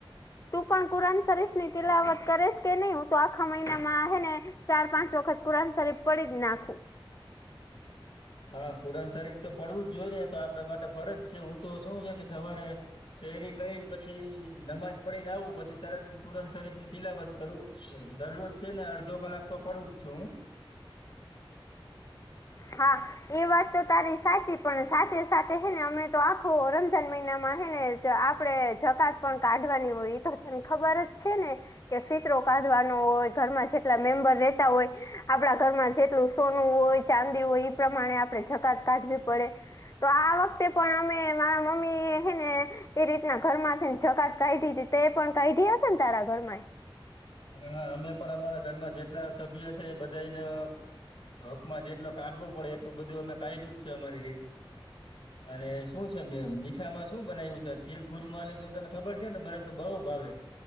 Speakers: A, on the left; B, on the left.
A: તું પણ, કુરાન શરીફ ની તિલાવટ કરેશ કે નહી હું તો આખા મહિનામાં હ ને ચાર, પાંચ વખત કુરાન શરીફ પડી જ નાખું
B: હા, કુરન શરીફ તો પડવું જ જોઈ ને તો આપણા માટે ફરજ છે, હું તો શું છે કે સવારે શેરી કરીને પછી, નમાજ પડી ને આવું પછી, તરત જ પુરાણ શરીફની તિલાવત કરવું દરરોજ છે, ને અડધો કલાક તો પડું જ છું, હું
A: હા. એ વાત તો, તારી સાચી પણ સાથે સાથે હેને અમે તો આખો રમજાન આપડે જકાત પણ કાઢવાની હોયને ખબર જ છે, ને. કે ફિકરો કાઢવાનો હોય ઘરમાં જેટલા મેમ્બર રહેતા હોય આપણા ઘરમાં જેટલું સોનું હોય ચાંદી હોય એ પ્રમાણે આપણે જકાત કાઢવી પડે તો આ વખતે પણ અમે મારા મમ્મી હ ને એ રીતના ઘરમાં છે ને જગત કાઢી હતી એ પણ કાઢી હશે ને તારા ઘરમાં
B: હા અમે પણ અમારા ઘરમાં જેટલા સભ્ય છે બધાને હકમાં જેટલો કાઢવો પડે એટલું બધું અમે કાઢયુ જ છે અમારી રીતે
A: <inaudible>
B: અને શું છે મે મીઠામાં શું બનાવ્યું છે શીરપુરી માંની તો તને ખબર છે ને મને તો બઉુ ભાવે